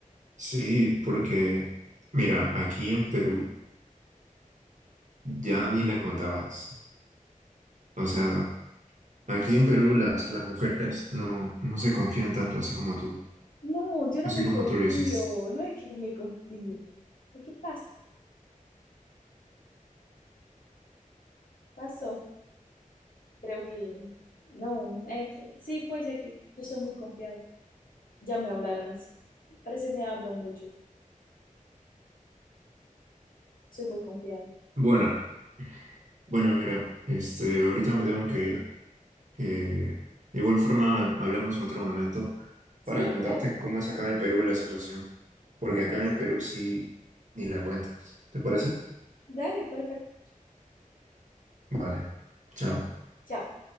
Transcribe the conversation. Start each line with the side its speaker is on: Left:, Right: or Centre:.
Right: Sí, porque, mira, aquí en Perú ya ni la contabas. O sea, aquí en Perú las, las mujeres no, no se confían tanto así como tú,
Left: No, yo
Right: así
Left: no me
Right: como
Left: confío.
Right: tú lo hiciste.
Left: No es que me confío. Es que pasa. Pasó. creo que no, eh, sí, puede ser que yo soy muy confiada. Ya me hablaron, parece que me hablan mucho, soy muy confiada.
Right: Bueno, bueno, mira, este, ahorita me tengo que ir. Eh, de igual forma, hablamos en otro momento para
Left: Sí,
Right: contarte
Left: claro,
Right: cómo es acá en el Perú la situación, porque acá
Left: sí,
Right: en
Left: sí,
Right: el Perú sí ni la cuentas. ¿Te parece?
Left: dale, perfecto.
Right: Vale, chao.
Left: Chao.